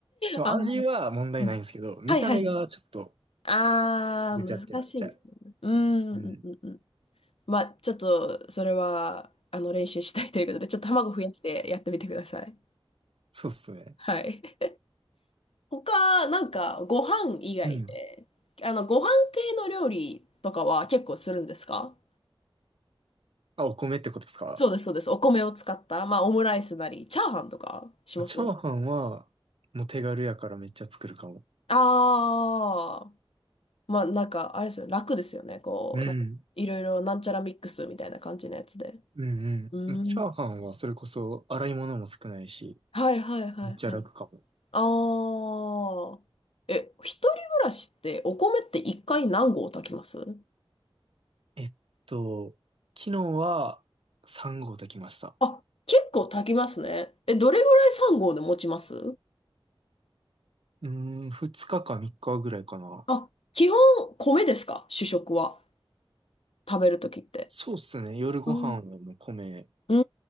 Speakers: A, on the right; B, on the left.
A: でも味は問題ないんですけど、
B: あの、うん。
A: 見た目がちょっと
B: はいはいはい。ああ、
A: ぐちゃってなっちゃう。
B: 難しいですよね。うーん、
A: うん。
B: うんうんうん。まあ、ちょっと、それは、あの、練習したいということで、ちょっと卵増やしてやってみてください。
A: そうっすね。
B: はい。他、なんか、ご飯以外で、
A: うん。
B: あの、ご飯系の料理とかは結構するんですか
A: あ、お米ってことですか
B: そうです、そうです。お米を使った、まあ、オムライスなり、チャーハンとかします
A: チャーハンは、もう手軽やからめっちゃ作るかも。
B: ああまあ、なんか、あれですよね、楽ですよね。こう、
A: うん。
B: なんか、いろいろなんちゃらミックスみたいな感じのやつで。
A: うんうん。
B: うん。
A: チャーハンはそれこそ洗い物も少ないし、
B: はい、はい、はい、
A: めっちゃ楽かも。
B: はい。ああ。え、一人暮らしって、お米って一回何合炊きます
A: えっと、昨日は3合炊きました。
B: あ、結構炊きますね。え、どれぐらい3合で持ちます
A: うーん、2日か3日ぐらいかな。
B: あ、基本、米ですか主食は。食べるときって。
A: そうっすね。夜ご飯はもう米、
B: うん。うー